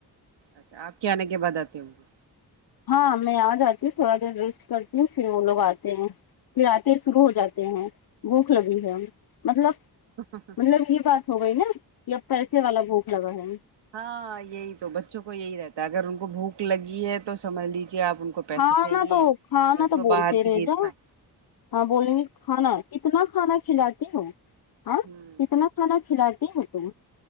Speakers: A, on the right (about 90°); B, on the left (about 60°).
A: اچھا آپ کے آنے کے بعد آتے ہونگے
B: ہاں میں آ جاتی ہوں تھوڑا دیر ریسٹ کرتی ہوں پھر وہ لوگ آتے ہیں پھر آتے شروع ہو جاتے ہیں بھوک لگی ہے مطلب
A: گے
B: مطلب یہ بات ہو گئی نا کہ اب پیسے والا بھوک لگا ہے
A: ہاں یہی تو بچوں کو یہی رہتا ہے اگر ان کو بھوک لگی ہے تو سمجھ لیجیے آپ ان کو پیسے
B: کھانا
A: چاہیے
B: دو کھانا
A: بس
B: دو نا
A: وہ
B: تو بولتے
A: باہر کی
B: رہے
A: چیز
B: جاو
A: کھائیں
B: ہاں بولیں گے کھانا کتنا کھانا کھلاتی ہو ہاں
A: ہوں
B: کتنا کھانا کھلاتی ہو تم